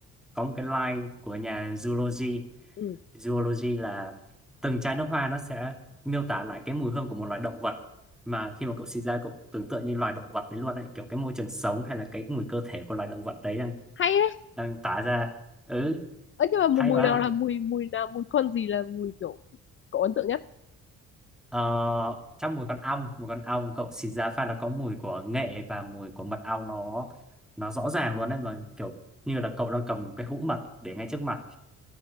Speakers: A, in the centre; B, on the left.
A: có một cái line của nhà Zulogy
B: ừ
A: Zoology là từng chai nước hoa nó sẽ miêu tả lại cái mùi hương của một loài động vật mà khi mà cậu sinh ra cậu tưởng tượng như loài động vật đấy luôn ấy kiểu cái môi trường sống hay là cái mùi cơ thể của loài động vật đấy đang
B: hay đấy
A: đang tả ra ừ
B: ấy nhưng mà mùi
A: hay
B: mùi
A: mà
B: nào là mùi mùi nào mùi con gì là mùi kiểu cậu ấn tượng nhất
A: ờ, trong mùi con ong mùi con ong cậu xịt ra pha là có mùi của nghệ và mùi của mật ong nó nó rõ ràng luôn đấy mà kiểu như là cậu đang cầm một cái hũ mật để ngay trước mặt